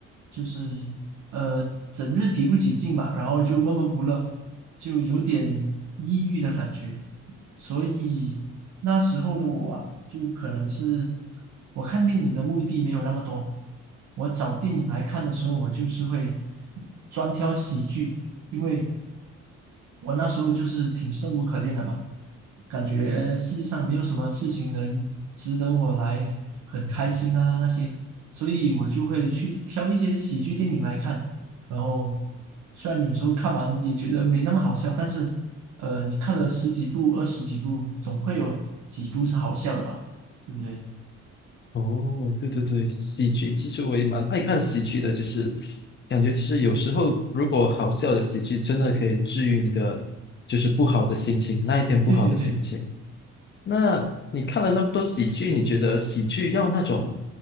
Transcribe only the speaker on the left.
哦，对对对，喜剧其实我也蛮爱看喜剧的，就是感觉就是有时候如果好笑的喜剧真的可以治愈你的就是不好的心情，那一天不好的心情。
那你看了那么多喜剧，你觉得喜剧要那种